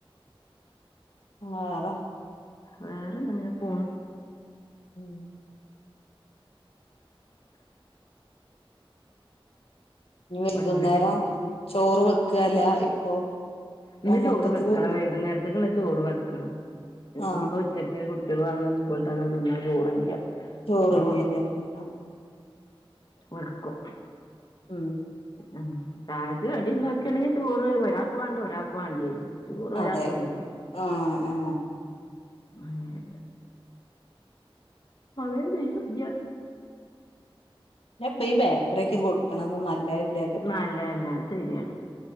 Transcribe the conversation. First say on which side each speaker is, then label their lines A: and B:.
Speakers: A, on the left; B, on the left.
A: വേറെ
B: വേറെന്ത ഇങ്ങനെ പോണു
A: ഉം ഇഞ്ഞി വൈകുന്നേരം
B: അങ്ങനൊക്കെ ചെയ്യും
A: ചോറ് വെക്കല്ല ഇപ്പൊ
B: ഇന്ന് ചോറ്
A: മൊത്തത്തില്
B: വെക്കണം വൈകുന്നേരത്തേക്കുള്ള ചോറ് വെക്കണം ഇഞ്ഞിയിപ്പോ
A: ആ
B: ഉച്ച കുട്ടേൾ വന്ന സ്കൂൾട്ട് വന്നാ തിന്നാൻ ചോറില്ല
A: ചോറില്ല
B: അപ്പൊ
A: ഇല്ലെ
B: വെക്കും
A: ഉം
B: ഉ ചായക്ക് കടിണ്ടാക്കണങ്കി ചോറ് ഒരാക്ക് വേണ്ട ഒരാക്ക് വേണ്ടി വരും ചോറ് ഒരാൾക്ക്
A: അതെ
B: നിർബന്ധം
A: ആ ആ
B: അങ്ങനെ മഴ പെയ്യോ ഇല്ല
A: ഞ ഇപ്പൊ ഈ ബേക്കറിഒക്കെ കൊടുക്കണംന്നും നല്ലതല്ലല്ലോ
B: ള്ളാല്ല ല്ല അത് ശെര്യാണ്.